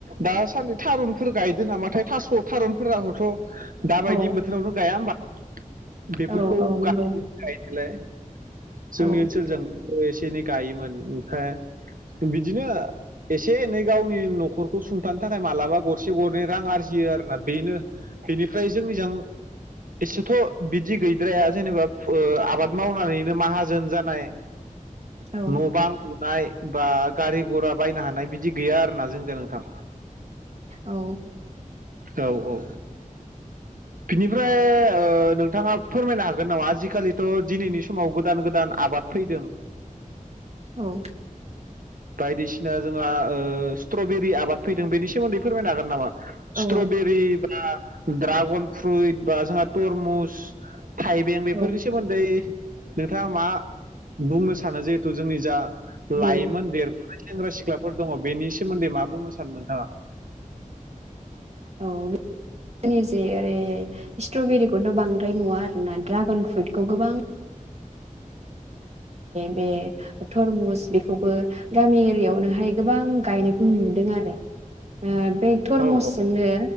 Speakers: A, on the right; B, on the right.
A: दासान्दि थारुनफोर गायदों नामाथाय थास' थारुनफोराबोथ' दाबायदि
B: औ
A: बोथोरावनो गाया होमबा बेफोरखौ
B: औ औ नंगौ
A: गायो गायनायालाय। जोंनि
B: औ
A: ओनसोलजोंबो एसे एनै गायोमोन ओमफ्राय बिदिनो एसे एनै गावनि न'खरखौ सुंथानो थाखाय मालाबा गरसे गरनै रां आरजियो आरोना बेनो बिनिफ्राय जोंजों एसेथ' बिदि गैद्राया जेनेबा फुओ आबाद मावनानैनो माहाजोन जानाय
B: औ
A: न' बां लुनाय बा गारि घरा बायनो हानाय बिदि गैया आरोना जोंजों नोंथां।
B: औ
A: औ औ बिनिफ्राय ओश्रनोंथाङा फोरमायनो हागोन नामा आजिखालिथ' दिनैनि समाव गोदान गोदान आबाद फैदों।
B: औ
A: बायदिसिना जोंहा ओ स्ट्रबेरि आबाद फैदों बेनि सोमोन्दै फोरमायनो हागोन नामा। स्ट्रबेरि
B: औ
A: बा ड्रागन फ्रुइट बा जोंहा तरमुस थाइबें बेफोरनि
B: औ
A: सोमोन्दै नोंथाङा मा बुंनो सानो जिहेथु जोंनि जा लाइमोन
B: बे
A: देरफुनाय सेंग्रा सिख्लाफोर दङ बेनि सोमोन्दै मा बुंनो सानो नोंथाङा?
B: औ जोंनि जे ओरै स्ट्रबेरिखौथ' बांद्राय नुवा आरो ना ड्रागन फ्रुइतखौ गोबां बे थरमुस बेखौबो गामि एरियावनोहाय गोबां गायनाय खौ नुदों आरो। ओ बे थरमुसजोंनो
A: औ